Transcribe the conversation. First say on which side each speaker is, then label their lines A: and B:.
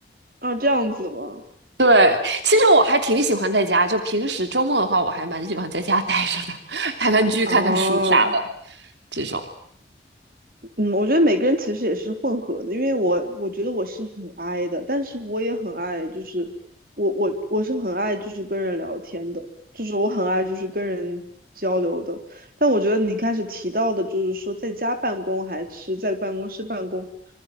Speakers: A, on the right; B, on the right.
A: 啊这样子吗？
B: 对，其实我还挺喜欢在家，就平时周末的话，我还蛮喜欢在家待着的，<laughs> 看看剧、看看书啥的
A: 哦，
B: 这种。
A: 嗯，我觉得每个人其实也是混合的，因为我我觉得我是很 I 的，但是我也很爱，就是我我我是很爱就是跟人聊天的，就是我很爱就是跟人交流的。但我觉得你开始提到的，就是说在家办公还是在办公室办公，